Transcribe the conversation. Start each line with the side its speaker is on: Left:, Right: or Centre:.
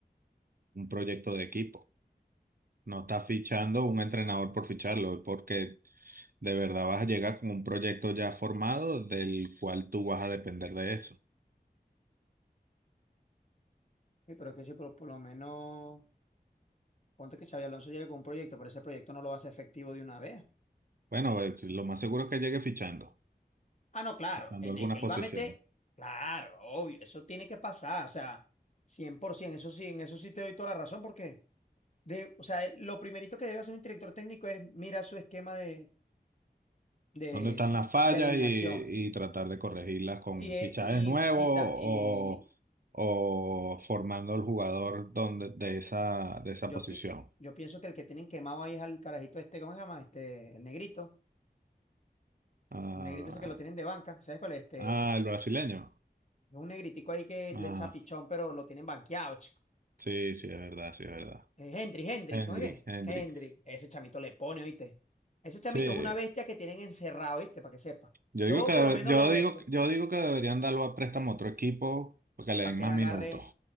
Right: un proyecto de equipo. No estás fichando un entrenador por ficharlo, porque de verdad vas a llegar con un proyecto ya formado del cual tú vas a depender de eso.
Left: Sí, Pero que sí, pero por lo menos. Ponte que Xabi Alonso llegue con un proyecto, pero ese proyecto no lo va a hacer efectivo de una vez.
Right: Bueno, eh, lo más seguro es que llegue fichando,
Left: Ah, no, claro,
Right: fichando
Left: eh,
Right: algunas
Left: de que él
Right: posiciones.
Left: va a meter, claro, obvio, eso tiene que pasar, o sea, 100%, eso sí, en eso sí te doy toda la razón, porque, de, o sea, eh, lo primerito que debe hacer un director técnico es mirar su esquema de, de,
Right: ¿Dónde están las fallas
Left: de alineación
Right: y, y tratar de corregirlas con
Left: y, eh,
Right: fichajes
Left: y
Right: nuevos
Left: quita,
Right: o,
Left: y
Right: o formando al jugador donde, de esa, de esa
Left: yo,
Right: posición?
Left: pi- yo pienso que el que tienen quemado ahí es al carajito este, ¿cómo se llama? Este, el negrito,
Right: Ah,
Left: el negrito ese que lo tienen de banca, ¿sabes cuál es? Este,
Right: ah, el brasileño.
Left: Es Un negritico ahí que
Right: Ah,
Left: le echa pichón, pero lo tienen banqueado, chico.
Right: sí, sí, es verdad, sí, es verdad.
Left: Eh, Hendrik, Hendrik,
Right: Hendrik,
Left: ¿no es qué?
Right: Hendrik.
Left: Hendrik, ese chamito le pone, ¿oíste? Ese chamito
Right: Sí,
Left: es una bestia que tienen encerrado, ¿viste? Para que sepa.
Right: yo digo
Left: Yo
Right: que,
Left: por lo menos
Right: yo
Left: lo
Right: digo,
Left: esto,
Right: yo digo que deberían darlo a préstamo a otro equipo porque le
Left: para
Right: den
Left: que
Right: más
Left: le agarre,
Right: minutos.